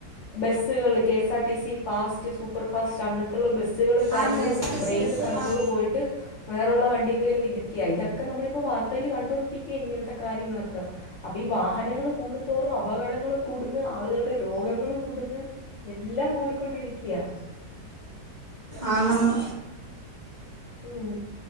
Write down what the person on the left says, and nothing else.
ബസ്സുകൾ K SR TC fast super fast അങ്ങന ബസുകളും കാര്യങ്ങളും
break
കണ്ട്രോള്
പോയിട്ട് വേറുള്ള വണ്ടികള് ചെന്ന് ഇടിക്കുകയാ ഇതൊക്കെ നമ്മളിപ്പോ വാർത്തയിൽ കണ്ടുകൊണ്ടിരിക്കുകയാ ഇങ്ങനത്തെ കാര്യങ്ങളൊക്കെ അപ്പൊ ഈ വാഹനങ്ങള് കൂടും തോറും അപകടങ്ങളും കൂടുന്ന് ആളുകളുടെ രോഗങ്ങളും കൂ അവിന്ന് എല്ലാം കൂടിക്കൊണ്ടിരിക്കയാ
ഉം